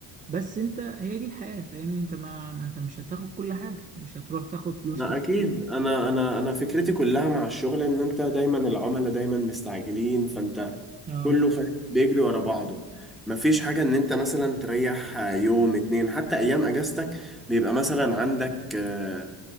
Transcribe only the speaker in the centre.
لا
اكيد انا انا انا فكرتي كلها مع الشغل ان انت دايما العملاء دايما مستعجلين فانت
كله فاهم بيجري ورا بعضه مفيش حاجة ان انت مثلا تريح يوم اتنين حتى ايام اجازتك بيبقى مثلا عندك آه،